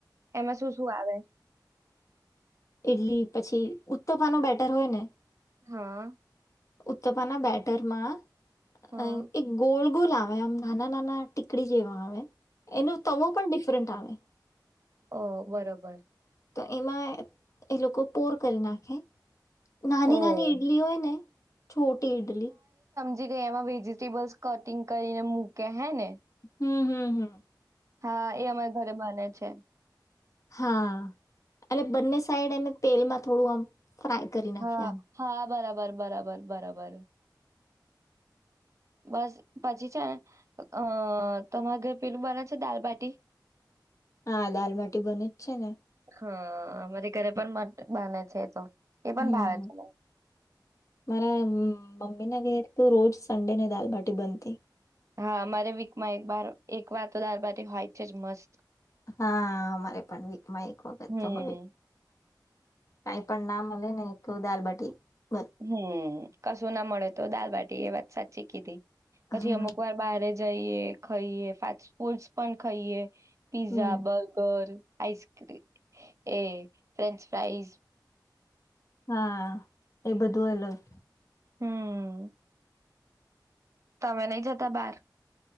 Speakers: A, on the right; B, on the left.
A: એમાં શું-શું આવે?
B: ઈડલી પછી ઉત્તપાનો બેટર હોય ને?
A: હા.
B: ઉત્તપાના બેટર માં
A: હા
B: અહ એક ગોલ ગોલ આવે, આમ નાના-નાના ટીકડી જેવા આવે. એનું તવો પણ ડિફરન્ટ આવે.
A: ઓહ! બરોબર.
B: તો એમાં એ લોકો પોર કરી નાખે નાની-નાની
A: ઓ
B: ઈડલી હોય ને છોટી ઇડલી
A: જી ગઈ, એમાં વેજીિટેબલ્સ કટિંગ કરીને મૂકે હે ને?
B: હમ્મ-હમ્મ-હમ્મ.
A: હા એ અમારા ઘરે બને છે.
B: હા અને બંને સાઈડ એને તેલમાં થોડું આમ ફ્રાય કરી નાખીએ
A: હા,
B: આમ
A: હા બરાબ બર બરાબર-બરાબર. બસ પછી છેને અહ તમાર ઘર પેલું બને છે દાલબાટી?
B: હા દાલબાટી બને જ છે ને.
A: હા અમારી ઘરે પણ બન બને છે એ તો. એ પણ
B: હમ્મ,
A: ભાવે છે મને
B: મારા મ મમ્મી ના ઘેર તો રોજ્ સ સંડે ને દાલબાટી બનતી.
A: હા અમારે વીકમાં એક બાર એક વાર તો દાલબાટી હોય છે જ મસ્ત.
B: હા અમારે પણ વીકમાં એક વખત
A: હમ
B: તો બને. કાય પણ ના મલે ને તો દાલબાટ <inaudible>
A: હમ્મ કશું ના મળે તો દાલબાટ એ વાત સાચી કીધી. પછી
B: હા
A: અમુક વાર બારે જ જઈએ, ખઈએ ફાસ ફૂલ્સ પણ ખઈએ. પીઝા,
B: હમ
A: બર્ગર આઈસ્ક્રીમ એ ફ્રેન્ચ ફ્રાઇઝ
B: હા એ બધું અલગ
A: હમ્મ. તમે નય જતા બાર?